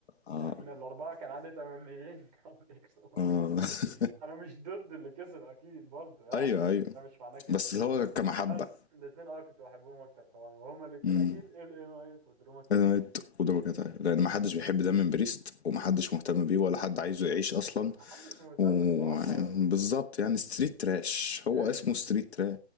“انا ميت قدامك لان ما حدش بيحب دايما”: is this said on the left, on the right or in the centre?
Left